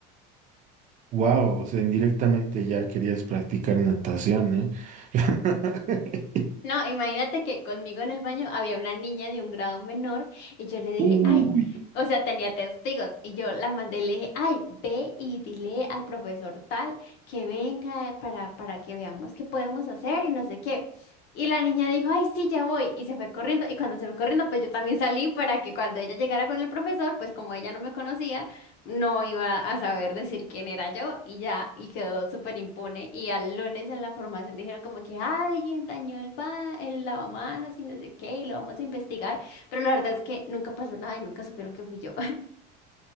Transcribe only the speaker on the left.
No, imagínate que conmigo en el baño había una niña de un grado menor y yo le dije,
ay, o sea, tenía testigos y yo la mandé y le dije, ay, ve y dile al profesor tal que venga para, para que veamos qué podemos hacer y no sé qué. Y la niña dijo, ay, sí, ya voy y se fue corriendo y cuando se fue corriendo, pues yo también salí para que cuando ella llegara con el profesor, pues como ella no me conocía, no iba a saber decir quién era yo y ya, y quedó súper impune. Y al lunes en la formación dijeron como que "Ah, alguien dañó el, ba el lavamanos y no sé qué, y lo vamos a investigar. Pero la verdad es que nunca pasó nada y nunca supieron que fui yo.